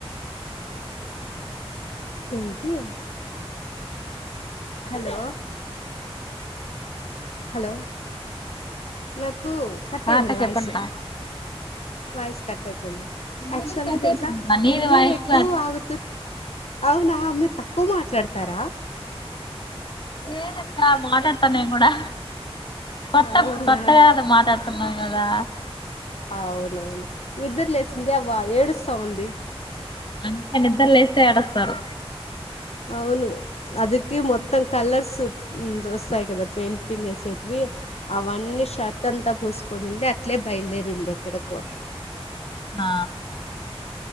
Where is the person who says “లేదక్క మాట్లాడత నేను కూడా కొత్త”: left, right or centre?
Left